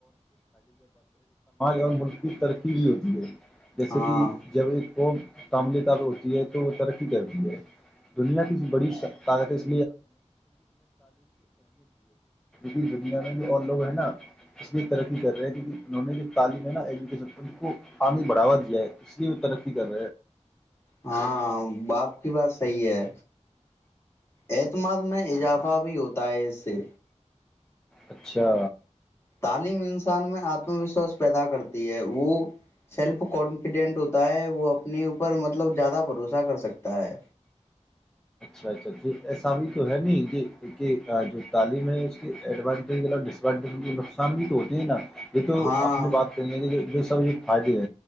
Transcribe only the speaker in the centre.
اور ملک کی ترقی نہیں ہوتی <inaudible> جیسے
کہ جاوید کو ہوتی ہے تو وہ ترقی کرتی ہے دنیا کی بڑی <unintelligible> دنیا میں بھی اور لوگ ہیں نا اس لیے ترقی کر رہے ہیں کہ انہوں نے جو تعلیم ہے نا <inaudible> پانی بڑھاوا دیا ہے اس لیے <unintelligible>
اچھا
تو ہے نہیں جی جو تعلیم ہے اس کی ایڈوانٹی نقصان نہیں ہوتے ہیں نا یہ تو
اپنی بات کرنی ہے کہ